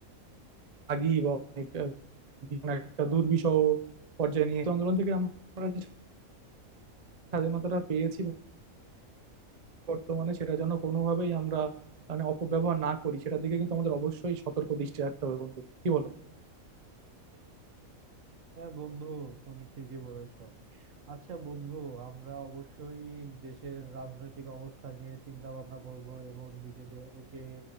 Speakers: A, on the right; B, on the right.
A: রাগী বা অনেক আহ, একটা দুর্বিষহ পর্যায়ে নিয়ে তো আন্দোলন থেকে আমরা যে স্বাধীনতাটা পেয়েছি বর্তমানে সেটা যেন কোনোভাবেই আমরা মানে অপব্যবহার না করি সেটার দিকে কিন্তু আমাদের অবশ্যই সতর্ক দৃষ্টি রাখতে হবে বন্ধু কি বলো
B: হ্যাঁ বন্ধু তুমি ঠিকই বলেছো আচ্ছা বন্ধু আমরা অবশ্যই দেশের রাজনৈতিক অবস্থা নিয়ে চিন্তা ভাবনা করব এবং নিজেদেরকে